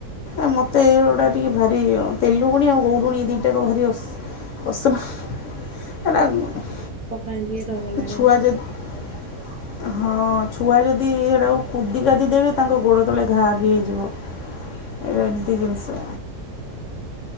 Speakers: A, on the left (about 70°); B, on the right (about 60°).
A: ଆ ମୋତ ଏୁଗୁଡ଼ା ଟିକେ ଭାରି ତେଲୁଗୁଣି ଆଉ ଗଉଡ଼ୁଣି ଏଇ ଦିଟାକ ଭାରି ଅ ଅସନା <unintelligible>
B: ତାଙ୍କ ପାଇଁ ଟିକେ ଡର।
A: କି
B: ଲାଗେ
A: ଛୁଆ
B: ଆଉ।
A: ଯ ହଁ, ଛୁଆ ଯଦି ସେଇଟାକୁ କୁଦି କାଦି ଦେବେ ତାଙ୍କ ଗୋଡ଼ ତଳେ ଘା ବି ହେଇଯିବ। ଏବେ ଏମ୍ତି ଜିନଷ।